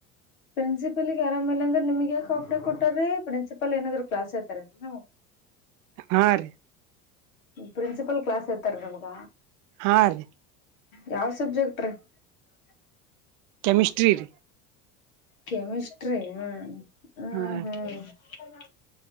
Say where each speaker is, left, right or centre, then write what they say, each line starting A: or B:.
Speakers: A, on the left; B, on the right.
A: ಪ್ರಿನ್ಸಿಪಲ್ಗೆ ಆರಾಮ ೇಲೆ ಅಂದ್ರೆ ನಿಮಗೆ ಕಾಫಡೆ ಕೊಟ್ಟ್ರೀ ಪ್ರಿನ್ಸಿಪಲ್ ಪಪ್ಪಲ್ಲಿ ಏನಾದ್ರು ಕ್ಲಾಸ್ ಇರ್ತಾರೆ ಅಂದ್ರೆ ನಾವು
B: ಹಾ ರೀ
A: ಪ್ರಿನ್ಸಿಪಲ್ ಕ್ಲಾಸ್ ಹರ್ತಾರ ನಮ್ಗ
B: ಹಾ ರೀ
A: ಯಾವ ಸಬ್ಜೆಕ್ಟ <unintelligible>
B: ಕೆಮಿಸ್ರ <inaudible>
A: ಕೆಮಿಿಸ್ಟ್ರಿ ಹ ಹ್ಮ್
B: ಹಾ
A: ಹ್ಮ್
B: ರೀ
A: ಹ್ಮ